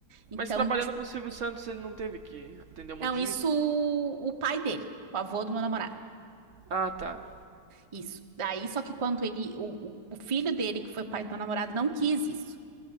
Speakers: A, on the right (about 25°); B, on the right (about 55°).
A: Então,
B: Mas trabalhando
A: tipo,
B: pro Silvio Santos, ele não teve que atender um monte
A: não,
B: de
A: isso
B: rico?
A: o pai dele, o avô do meu namorado.
B: Ah, tá.
A: Isso. Daí, só que quando ele, o, o o filho dele, que foi pai do meu namorado, não quis isso.